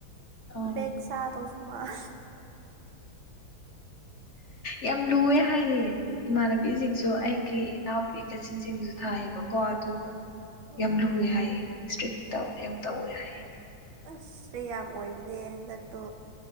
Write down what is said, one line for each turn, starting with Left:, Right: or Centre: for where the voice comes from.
Left: ꯑꯣ
Right: ꯕꯦꯛ ꯆꯥꯗꯧꯁꯨ ꯃꯥꯜ
Left: ꯌꯥꯝ ꯂꯨꯋꯦ ꯍꯥꯏꯌꯦ ꯏꯃꯥꯟꯅꯕꯤꯁꯤꯡꯁꯨ ꯑꯩꯒꯤ ꯏꯅꯥꯎꯄꯤ ꯀꯥꯆꯤꯟꯁꯤꯡꯁꯨ ꯊꯥꯏꯌꯦꯕꯀꯣ ꯑꯗꯨꯗꯣ
Right: ꯎꯝ
Left: ꯌꯥꯝ ꯂꯨꯑꯦ ꯍꯥꯏꯌꯦ ꯏꯁꯇ꯭ꯔꯤꯛ ꯇꯧ ꯌꯥꯝ ꯇꯧꯋꯦ ꯍꯥꯏꯌꯦ
Right: ꯑꯁ ꯏꯁꯇ꯭ꯔꯤꯛ ꯌꯥꯝ ꯑꯣꯏꯕꯅꯦ ꯍꯟꯗꯛꯇꯣ